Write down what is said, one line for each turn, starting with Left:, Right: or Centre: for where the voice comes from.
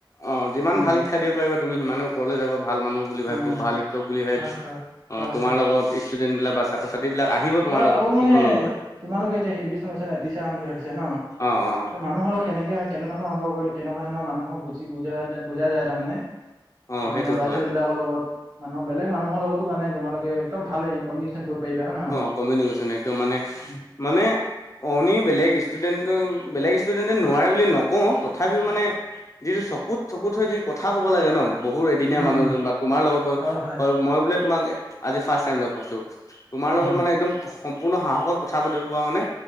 Left: অ যিমান
Right: উম
Left: ভাল শিক্ষা দিব পাৰিবা তুমি সিমানে ওপৰলৈ যাব ভাল মানুহ বুলি
Right: উম
Left: ভাবিব ভাল শিক্ষক ভাবিব
Right: হয় হয়
Left: অ
Right: হয়
Left: তোমাৰ
Right: হয়
Left: লগত ইষ্টদেন বা ছাত্ৰ ছাত্ৰিবিলাক আক আহিব তোমাৰ
Right: আৰু
Left: লগৰ
Right: আৰু
Left: প্ৰশিক্ষণ
Right: মানে
Left: লবলৈ
Right: তোমালোকে এতিয়াডুকেশ্যন লৈছে নাই ট্ৰচাৰ হম বুলি ভাবিছ ন
Left: অ অ
Right: মানুহৰ লগত কেনেকে হয় কেনে ধৰণৰ হ'ব গলে কেনেকোৱা ধৰণৰ মানুহক বুজি বুজা বুজা যায় তাৰমানে
Left: অ
Right: আৰু
Left: সেইটো
Right: মানে ল'ৰা
Left: হয়
Right: ছোৱালী বিলাকৰ লগত মানুৰ বেলেগ মানুহৰ লগতো মানে তোমোকে একদমাল কমিউনিক্যন কৰিব পাৰিবা হয় নহয়
Left: অ কমিউনিকেশ্যন একদম মানে
Right: উম
Left: মানে অননি বেলেগ ষ্টুডেণ্টকৈ বেলেগ ষ্টুডেণ্টে নোৱাৰে বুলি নকওঁ তথাপিও মানে যিটো চকুত চকুত হৈ যি কথা ক'ব লাগে ন বহুত এদিনীয়া
Right: উম
Left: মানুহজন
Right: উম,
Left: বা তোমাৰ লগত
Right: হয় হয়
Left: মই বোলে তোমাক আজি ফাৰ্ষ টাইম লগ পাইছো তোমাৰ
Right: উম
Left: লগত
Right: উম
Left: মানে একদম সম্পূৰ্ণ সাহসত কথা পাতিব পোৱা মানে